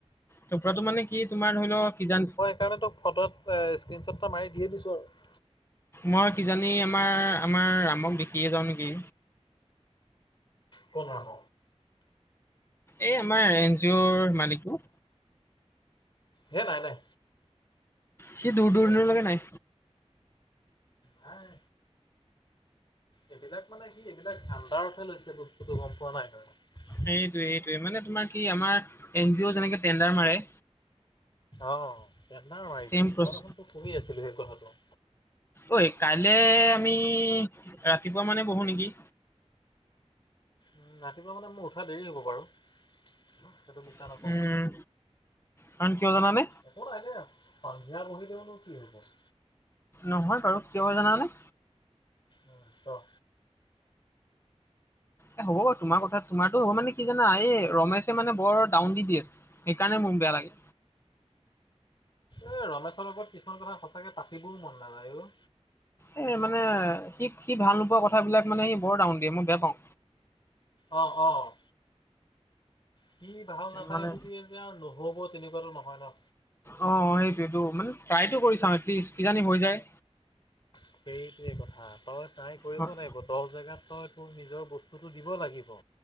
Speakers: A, on the left; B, on the left.
A: থপৰাটো মানে কি তোমাৰ ধৰি লও কিজান
B: সেইকাৰণে তোক ফটোত এ স্ক্ৰীণশ্বট এ মাৰি দিয়ে দিছোঁ আৰু।
A: মই কিজানি আমাৰ - আমাৰ ৰামক দেখিয়ে যাওঁ নেকি?
B: ক না ক?
A: এই আমাৰ এন জি অ'ৰ মালিকটো।
B: হে নাই নাই।
A: সি দূৰ
B: সেইবিলাক
A: দূৰণলৈকে
B: হ'বই নোৱাৰে।
A: নাই।
B: নাই। এইবিলাক মানে কি এইবিলাক ভাণ্ডাৰতহে লৈছে বস্তুটো গম পোৱা নাই তই?
A: সেইটোৱে এইটোৱে মানে তোমাৰ কি আমাৰ এন জি অ' যেনেকে টেণ্ডাৰ মাৰে
B: অ টেণ্ডাৰ মাৰিছে,
A: চেম প্ৰচ
B: মই দেখোনতো শুনি আছিলো সেই কথাটো।
A: ঐ কাইলে আমি ৰাতিপুৱা মানে বহো নেকি?
B: উম ৰাতিপুৱা মানে মোৰ উঠা দেৰি হ'ব বাৰু। সেইটো মিছা
A: উম
B: নাপওঁ।
A: কাৰণ কিয় জানানে
B: একো নাই ন পানিয়া বহি দেওনো কি হব?
A: নহয় বাৰু কিয় জানানে?
B: উ অ।
A: এ হ'ব বাৰু তোমাৰ কথা তোমাৰতো হ'ব মানে কি জানা এই ৰমেশে মানে বৰ ডাউন দি দিয়ে সেইকাৰণে মোক বেয়া লাগে।
B: এ ৰমেশৰ লগত কিছুমান কথা সঁচাকে পাতিবও মন নাযায়ো।
A: এ মানে সি - সি ভাল নোপোৱা কথাবিলাক মানে সি বৰ ডাউন দিয়ে, মই বেয়া পাওঁ।
B: অঁ অঁ। সি ভাল নাপায়
A: মানে
B: বুলে যে আৰু নহব তেনেকুৱাতো নহয় ন?
A: অ সেইটোটো মানে ট্ৰাইটো কৰি চাও এটলিষ্ট কিজানি হৈ যায়।
B: সেইটোৱে কথা, তই তাই কৰিব
A: হয়,
B: নাই ব দহ জেগাত তই তোৰ নিজৰ বস্তুটো দিব লাগিব।